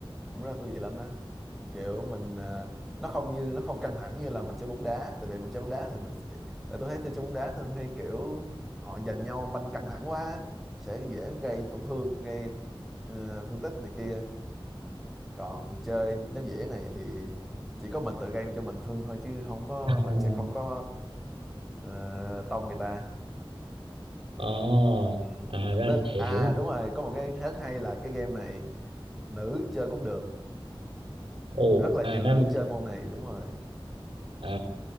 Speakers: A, in the centre; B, on the right (about 65°).
A: cũng rất là thú vị lắm đó kiểu mình à, nó không như nó không căng thẳng như là mình chơi bóng đá tại vì mình chơi bóng đá thì mình tại tôi thấy chơi chơi bóng đá thường hay kiểu họ giành nhau banh căng thẳng quá sẽ dễ gây tổn thương gây ờ, thương tích này kia còn chơi ném dĩa này thì chỉ có mình tự gây cho mình thương thôi chứ không có
B: À.
A: mình sẽ không có ờ, tông người ta
B: Ờ,
A: Ừ.
B: à ra
A: Nên
B: là vậy
A: à
B: hiểu rồi.
A: đúng rồi, có một cái rất hay là cái game này nữ chơi cũng được,
B: Ồ,
A: rất là
B: à
A: nhiều
B: Nam
A: nữ chơi môn này đúng rồi.
B: à